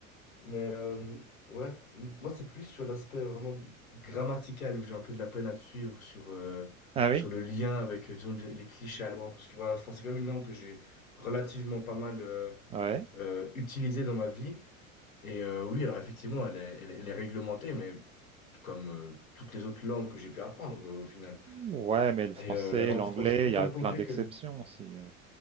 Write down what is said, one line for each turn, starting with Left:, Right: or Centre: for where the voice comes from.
Left: Mais euh, ouais, m- moi c'est plus sur l'aspect vraiment grammatical où j'ai un peu de la peine à te suivre sur, euh,
Right: Ah oui?
Left: sur le lien avec, euh, disons, les les clichés allemands. Parce que voilà, enfin, c'est quand même une langue que j'ai relativement pas mal euh,
Right: Ouais.
Left: euh, utilisée dans ma vie. Et euh, oui, alors effectivement, elle est, elle, est elle est réglementée, mais comme euh, toutes les autres langues que j'ai pu apprendre euh, au final.
Right: Ouais, mais le français,
Left: Et euh, la langue
Right: l'anglais,
Left: française, faut quand
Right: il y a
Left: même
Right: plein
Left: pas oublier
Right: d'exceptions
Left: que, l-
Right: aussi. euh,